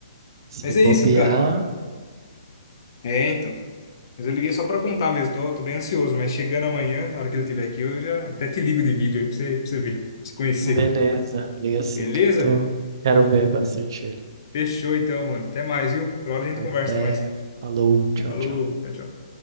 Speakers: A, on the right; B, on the left.
A: Se
B: Mas é
A: bobear,
B: isso, cara. É, então. Mas eu liguei só pra contar mesmo, tô, tô bem ansioso, mas chegando amanhã, na hora que ele estiver aqui, eu já até te ligo de vídeo aí pra você, pra você ver, pra você conhecer.
A: beleza. Liga assim
B: Beleza?
A: que eu tô. Quero ver bastante ele.
B: Fechou então, mano. Até mais, viu? Outra hora a gente
A: Até.
B: conversa mais.
A: Falou, tchau,
B: Falou,
A: tchau.
B: tchau, tchau.